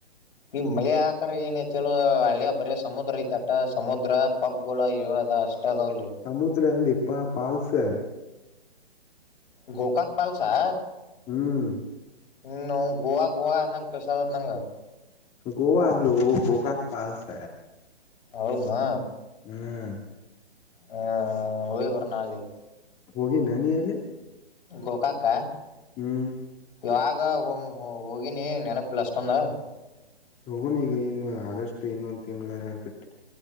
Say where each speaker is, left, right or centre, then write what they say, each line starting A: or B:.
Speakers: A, on the left (about 60°); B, on the left (about 20°).
A: ನಿ ಮಳೆ ಆಗಾಕರ ಏನಐತಿ ಹೇಳು ಅಳೆ ಬರಿ ಸಮುದ್ರ ಐತಿ ಅಟ ಸಮುದ್ರ ಪಪ್ಗೋಳ ಇವ ಅದಾವ ಅಷ್ಟ. ಅದಾವಲ್ಲಿ
B: ಸಮುದ್ರ ಅಲ್ಲಲೇಪಾ ಪಾಲ್ಸ್.
A: ಗೋಕಾಕ್ ಪಾಲ್ಸಾ.
B: ಹ್ಮ್.
A: ಹ ನವ್ ಗೋವಾ ಗೋವಾ ಅಂದಂಗ್ ಕೇಳಸಾತೇತಿ ನಂಗ.
B: ಗೋವಾ ಅಲ್ಲೊ ಗೋಕಾಕ್ ಪಾಲ್ಸ.
A: ಹೌದನ.
B: ಹ್ಮ್.
A: ಹ್ಮ್ ಹೋಗಿ ಬರೋಣ ನಾಳಿಗ್.
B: ಹೋಗಿನ ನೀ ಅಲ್ಲಿ.
A: ಗೋಕಾಕ.
B: ಹ್ಮ್.
A: ಯವಾಗ ಹೋಗಿನಿ ನೆನಪಿಲ್ಲ ಅಷ್ಟೊಂದ.
B: ಹೋಗುನು ಈಗ ಇನ್ನ ಆಗಸ್ಟ್ ಇನ್ನೊಂದ ತಿಂಗಳರ ಬಿಟ್.